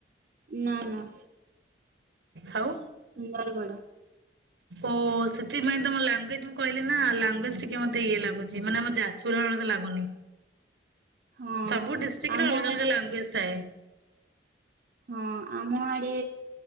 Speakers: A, on the right; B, on the right.
A: ନାଁ ନାଁ।
B: ଆଉ
A: ସୁନ୍ଦରଗଡ଼।
B: ଓ ସେଥିପାଇଁ ତମ ଲାଙ୍ଗୁଏଜ ମୁଁ କହିଲି ନା ଲାଙ୍ଗୁଏଜ ଟିକେ ମତେ ଇଏ ଲାଗୁଛି ମାନେ ଆମ ଯାଜୁପୁର ଲାଗୁନି
A: ହଁ
B: ସବୁ ଡିଷ୍ଟ୍ରିକରେ
A: ଆମ
B: ଅଲଗା
A: ଆଡେ
B: ଅଲଗା ଲାଙ୍ଗୁଏଜ ଥାଏ।
A: ହଁ ଆମ ଆଡେ